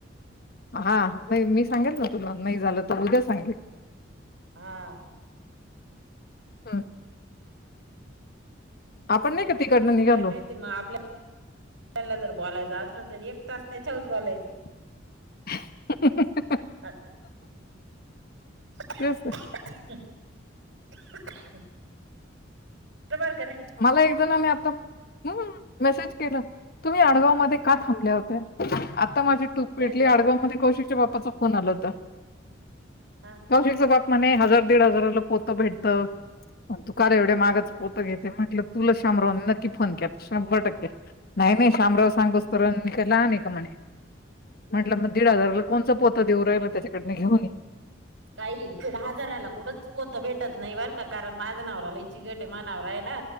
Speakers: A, on the left; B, on the right.
A: हा नाही मी सांगेल ना तुला नाही झालं तर उद्या सांगेल
B: हा
A: हम् आपण नाही का
B: असं
A: निघालो
B: काय माहिती मग आपल्याला जर बोलायचं असलं तर एक तास त्याच्यावरच बोलायचं
A: <unintelligible>
B: हा <unintelligible>
A: तेच तर.
B: <unintelligible> बरोबर का नाही.
A: मला एक जणने आता ह मेसेज केलं तुम्ही आडगाव मध्ये का
B: हा
A: थांबले होत्या? आता माझी टूप पेटली
B: या द्या
A: आडगाव मध्ये कौशिकच्या बाप्पाच फोन आला होता
B: हा
A: कौशीकचा बाप म्हणे हजार दीड हजाराला पोत भेटतं पण तू का एवढ्या मागाचं पोत घेत ते म्हटलं तुला शामराव न नक्की फोन केला शंभर टक्के नाही नाही शामराव सांगूस तर ला मी काय लहान आहे का म्हणे म्हंटलं मग दीड हजाराला कोणच पोत देऊ राहिल त्याच्याकडन घेऊन
B: काही दिड हजाराला कुठंच पोतं भेटत नाही बर का कारण माझं नवरा लय चिकट आहे माआ नवरा आहे ना